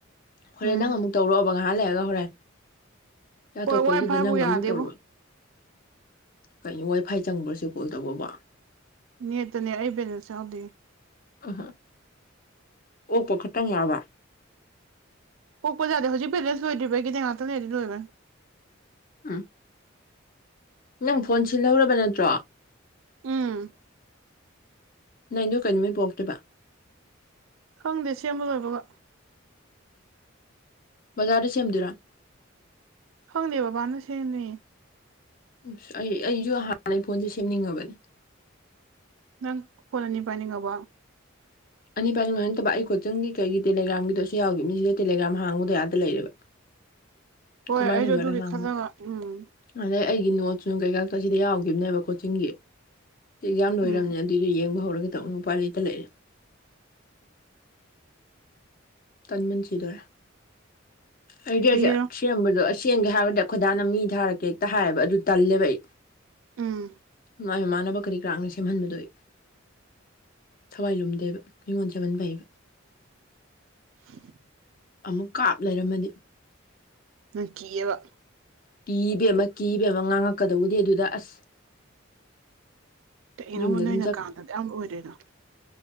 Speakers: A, on the left; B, on the right.
A: ꯍꯣꯔꯦꯟ
B: ꯎꯝ
A: ꯅꯪ ꯑꯃꯨꯛ ꯇꯧꯔꯛꯑꯣꯕ ꯉꯥꯏꯍꯥꯟ ꯂꯩꯑꯒ ꯍꯣꯔꯦꯟ ꯆꯥꯊꯣꯛꯄꯩꯗꯨꯗ
B: ꯍꯣꯏ ꯋꯥꯏ ꯐꯥꯏꯕꯨ
A: ꯅꯪ
B: ꯌꯥꯗꯦꯕꯨ
A: ꯑꯃꯨꯛ ꯇꯧꯔꯨꯔꯕ ꯀꯅꯤ ꯋꯥꯏꯐꯥꯏ ꯆꯪꯕ꯭ꯔꯁꯨꯦ ꯀꯣꯜ ꯇꯧꯕꯕ
B: ꯅꯇꯅꯦ ꯑꯩ ꯕꯦꯅꯦꯁ ꯌꯥꯎꯗꯤ
A: ꯑ ꯑꯣꯀꯣ ꯈꯇꯪ ꯌꯥꯕ
B: ꯄꯣꯛꯄ ꯌꯥꯗꯦ ꯍꯧꯖꯤꯛ ꯕꯦꯂꯦꯟꯁ ꯂꯣꯏꯗ꯭ꯔꯤꯕ꯭ꯔꯥꯒꯤꯗꯤ ꯉꯥꯛꯇ ꯂꯩꯗꯤ ꯂꯣꯏꯕ꯭ꯔꯥ
A: ꯑ ꯅꯪ ꯐꯣꯟ ꯁꯤꯜꯍꯧꯔꯕ ꯅꯠꯇ꯭ꯔꯣ
B: ꯎꯝ
A: ꯅꯗꯣ ꯀꯩꯩꯅꯣꯃꯤꯩ ꯄꯇ꯭ꯕ
B: ꯈꯪꯗꯦ ꯁꯦꯝꯕ ꯂꯣꯏꯕꯒ
A: ꯕꯖꯥꯔꯗ ꯁꯦꯝꯗꯨꯔꯥ
B: ꯈꯪꯗꯦ ꯕꯕꯥꯅ ꯁꯦꯝꯦꯡꯅꯌꯦ
A: ꯎ ꯑꯩ ꯑꯩꯁꯨ ꯍꯥꯟꯅꯩ ꯐꯣꯟꯁꯦ ꯁꯦꯝꯅꯤꯡꯉꯕꯅꯤ
B: ꯅꯪ ꯐꯅꯅꯤ ꯄꯅꯤꯡꯉꯕ
A: ꯑꯅꯤ ꯄꯥꯏꯃꯥꯏ ꯅꯠꯇꯕ ꯑꯩ ꯀꯣꯆꯤꯡꯒꯤ ꯀꯩꯒꯤ ꯇꯦꯂꯒ꯭ꯔꯥꯝꯒꯤꯗꯣꯁꯨ ꯌꯥꯎꯒꯦ ꯃꯤꯁꯤꯗ ꯇꯦꯂꯒ꯭ꯔꯥꯝ ꯍꯥꯡꯕꯗ ꯑꯗ ꯂꯩꯔꯦꯕ
B: ꯍꯣꯏ
A: ꯀꯃꯥꯏꯅꯕꯔ
B: ꯑꯩꯁꯨ ꯑꯗꯨꯒꯤ
A: ꯉ
B: ꯈꯜꯂꯒ ꯎꯝ
A: ꯑꯗ ꯑꯩꯒꯤ ꯅꯣꯠꯁꯨ ꯀꯩꯀꯥꯇ ꯁꯤꯗ ꯌꯥꯎꯈꯤꯕꯅꯦꯕ ꯀꯣꯆꯤꯡꯒꯤ ꯑꯦꯛꯖꯥꯝ ꯂꯣꯏꯔꯝꯅꯦ
B: ꯎꯝ
A: ꯑꯗꯨꯏꯗꯣ ꯌꯦꯡꯕ ꯍꯧꯔꯛꯑꯦ ꯈꯤꯇ ꯅꯨꯄꯥꯂꯤꯗ ꯂꯩꯔꯦ ꯇꯟꯃꯟꯁꯤꯗꯔꯦ ꯑꯩꯗꯤ
B: ꯁꯤꯒꯤꯔꯣ
A: ꯑꯁꯦ ꯁꯦꯝꯕꯗꯣ ꯑꯁ ꯁꯦꯝꯒꯦ ꯍꯥꯏꯔꯕꯗ ꯈꯣꯏꯗꯥꯅ ꯃꯤ ꯊꯥꯔꯛꯀꯦ ꯍꯦꯛꯇ ꯍꯥꯏꯌꯦꯕ ꯑꯗꯨ ꯇꯜꯂꯦꯕ ꯑꯩ
B: ꯎꯝ
A: ꯃꯥꯏ ꯃꯃꯥꯟꯅꯕ ꯀꯔꯤ ꯀꯔꯥꯅ ꯁꯦꯝꯍꯟꯕꯗꯣꯏ ꯊꯋꯥꯏ ꯂꯨꯝꯗꯦꯕ ꯅꯤꯉꯣꯟꯜ ꯆꯦꯃꯟꯕꯩꯕ
B: <unintelligible>
A: ꯑꯃꯨꯛ ꯀꯥꯞ ꯂꯩꯔꯝꯃꯗꯤ
B: ꯅ ꯀꯤꯑꯦꯕ
A: ꯀꯤꯕꯦꯝꯃ ꯀꯤꯕꯦꯝꯃ ꯉꯥꯡꯉꯛꯀꯗꯧꯕꯗꯤ ꯑꯗꯨꯗ ꯑꯁ
B: ꯀꯩꯅꯣꯕ
A: ꯌꯨꯝꯗ
B: ꯅꯣꯏ
A: ꯑꯗꯨꯝ
B: ꯀꯥꯟꯇ ꯗꯨꯌꯥꯝ ꯑꯣꯏꯔꯦꯗꯣ